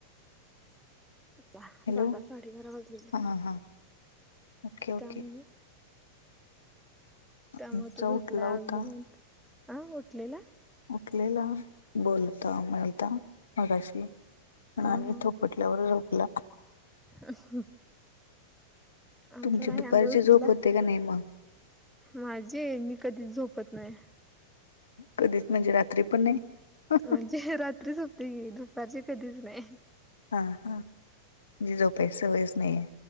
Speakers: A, in the centre; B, on the left.
A: बा
B: हॅलो
A: बारा साढ बारा वाजली
B: हा हा हा ओके ओके
A: त्यामुळे <unintelligible> त्यामुळे
B: आमचा
A: तो झोपला
B: उठला होता
A: अजून अ उटलेला.
B: उठलेला बोलता मिळता मगाशी पण
A: हा
B: आणि
A: हा
B: थोप पटल्यावर झोपला
A: हम आमच
B: तुमची
A: नाही
B: दुपारची
A: आमच उठलं.
B: झोप होते का नाही मग
A: माझे मी कधीच झोपत नाय.
B: कधीच म्हणजे रात्री पण नाही? हा
A: म्हणजे रात्री झोपते की दुपारचे कधीच नाही.
B: हा हा जे झोपायची सवय च नाही आहे.